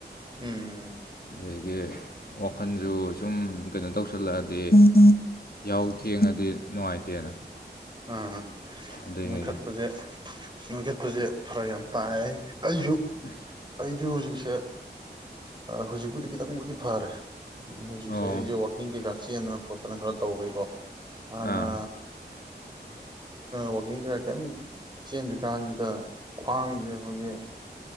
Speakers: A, on the right; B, on the left.
A: ꯎꯝ
B: ꯑꯗꯒꯤ ꯋꯥꯈꯜꯁꯨ ꯁꯨꯝ ꯀꯩꯅꯣ ꯇꯧꯁꯜꯂꯛꯑꯗꯤ ꯌꯥꯎꯧ ꯊꯦꯡꯉꯗꯤ ꯅꯨꯡꯉꯥꯏꯇꯦꯅ
A: ꯑꯥ
B: ꯑꯗꯨꯏꯅꯤꯗ
A: ꯅꯣꯏꯈꯠꯄꯁꯦ ꯅꯣꯏꯈꯠꯄꯁꯦ ꯐꯔ ꯌꯥꯝ ꯇꯥꯏ ꯑꯩꯁꯨ
B: ꯑ
A: ꯑꯩꯁꯨ ꯍꯧꯖꯤꯛꯁꯦ ꯍꯧꯖꯤꯛꯄꯨꯗꯤ ꯈꯤꯇꯪꯕꯨꯗꯤ ꯐꯔꯦ ꯎꯝ ꯍꯧꯖꯤꯛꯁꯦ
B: ꯑꯣ
A: ꯑꯩꯁꯦ ꯋꯥꯋꯥꯛꯀꯤꯡ ꯀꯩꯀꯥ ꯆꯦꯟꯗꯅ ꯈꯣꯠꯇꯅ ꯈꯔ ꯇꯧꯕꯈꯩꯀꯣ ꯍꯅ
B: ꯑꯥ
A: ꯋꯥ ꯆꯦꯟꯗ꯭ꯔꯤꯀꯥꯟꯁꯤꯗ ꯈ꯭ꯋꯥꯡꯁꯦ ꯑꯩꯈꯣꯏꯒꯤ